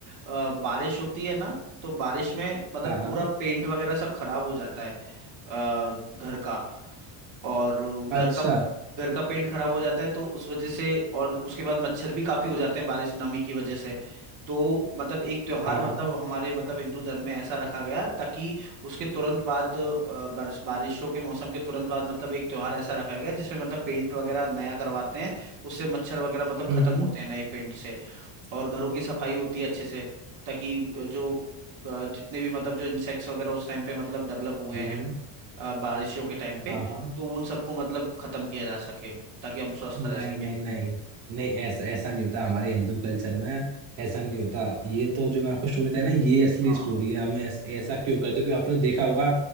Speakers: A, on the right (about 40°); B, on the right (about 65°).
A: अ, बारिश होती है ना तो बारिश में मतलब
B: हाँ हाँ
A: पूरा पेंट वगैरह सब खराब हो जाता है अ, घर का और घर
B: अच्छा
A: का घर का पेंट खराब हो जाता है तो उस वजह से और उसके बाद मच्छर भी काफी हो जाते हैं बारिश नमी की वजह से तो मतलब एक त्योहार
B: हाँ
A: मतलब
B: हाँ
A: हमारे मतलब हिंदू धर्म में ऐसा रखा गया ताकि उसके तुरंत बाद अ, बारिश बारिशों के मौसम के तुरंत बाद मतलब एक त्योहार ऐसा रखा गया जिसमें मतलब पेंट वगैरह नया करवाते हैं उससे मच्छर वगैरह मतलब
B: हम्म
A: खत्म
B: हम्म
A: होते हैं नए पेंट से और घरों की सफाई होती है अच्छे से ताकि जो अ, जितने भी मतलब जो इंसेक्ट्स वगैरह उस टाइम पे मतलब डेवलप हुए
B: हम्म
A: हैं
B: हम्म,
A: अ, बारिशों के टाइम पे
B: हाँ हाँ
A: तो उन सबको मतलब खत्म किया जा सके ताकि हम स्वस्थ
B: नहीं
A: रह सके
B: नहीं नहीं
A: ओ,
B: नहीं ऐसा ऐसा नहीं होता हमारे हिंदू कल्चर में ऐसा नहीं होता ये तो जो मैं आपको स्टोरी बताया ना ये असली
A: हाँ
B: स्टोरी है हमें ऐस, ऐसा क्यों करते हैं? क्योंकि आपने देखा होगा